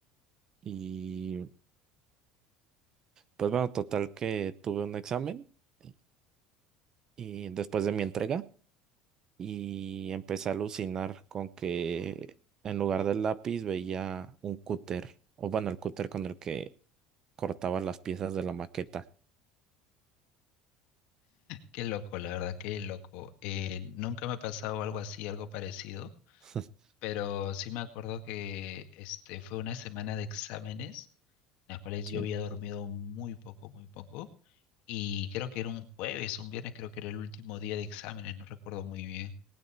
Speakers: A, on the right; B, on the left.
A: y pues bueno, total que tuve un examen y y después de mi entrega. y empecé a alucinar con que en lugar del lápiz veía un cúter, o bueno, el cúter con el que cortaba las piezas de la maqueta.
B: Qué loco, la verdad, qué loco. Eh, nunca me ha pasado algo así, algo parecido,
A: <laughs>
B: pero sí me acuerdo que este fue una semana de exámenes, en las cuales
A: Sí.
B: yo había dormido muy poco, muy poco, y creo que era un jueves, un viernes, creo que era el último día de exámenes, no recuerdo muy bien.